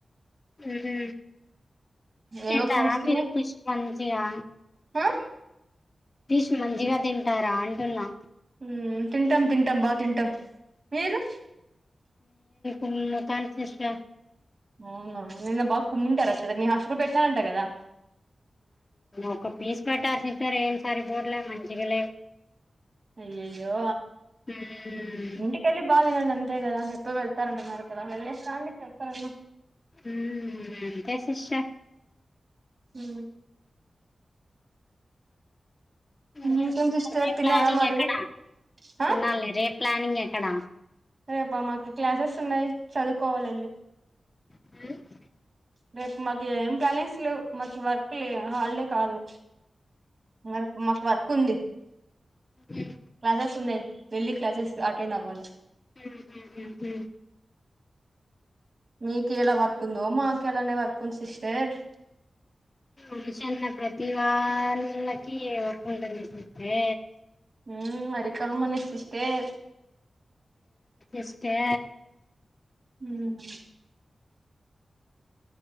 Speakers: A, on the left (about 40°); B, on the right (about 50°).
A: ఉహు తింటారా
B: ఏవో ఫ్రూట్స్ తిని
A: మీరు ఫిష్ మంచిగా
B: ఆ
A: ఫిష్ మంచిగా తింటారా అంటున్నా
B: హ్మ్ తింటాం తింటాం బా తింటాం మీరు
A: ఉ కాద్ సిస్టర్
B: అవునా నిన్న బాగ్ కుమ్ముంటార మీ హాస్టల్ లో పెట్టినారాంటా కదా
A: ఒక పీస్ పెట్టార్ సిస్టర్ ఏం సరిపోట్లే మంచిగా లేవ్
B: అయ్యయ్యో
A: హ్మ్.
B: ఇంటికేళ్లి బాతినండి అంతేగదా ఎప్పుడు వెళ్తారంటున్నారు కదా వెళ్లేేసిరండి చెప్తారన్న
A: హ్మ్ మ్ తే సిస్టర్
B: హ్
A: డే
B: ఇంకేం సిస్టర్ తిన్నారా
A: ప్లానింగ్
B: మరి
A: ఎక్కడా
B: ఆ
A: న్నలే రెప్ ప్లానింగ్ ఎక్కడ
B: రేపా మాకి క్లాసెస్ ఉన్నాయి చదువుకోవాలాండి
A: హ్మ్
B: రేప్ మాకి ఏం ప్లానింగ్స్ లేవ్ మకి వర్క్ కులే హాలిడే కాదు మర్ మాకు వర్క్ ఉంది
A: హ్మ్.
B: క్లాసెస్ ఉన్నాయి వెళ్ళి క్లాసెస్ అటెండ్ అవ్వాలి
A: హ్మ్. హ్మ్. హ్మ్.
B: మీకు ఎలా వర్క్ ఉందో మాకు ఎలానే వర్క్ ఉంది సిస్టర్
A: ఉహ చిన్న ప్రతి వాళ్ళకి ఏవోటి ఉంటుంది చూస్తే
B: ఉ అది కామనే సిస్టర్
A: అస్తే
B: హ్మ్మ్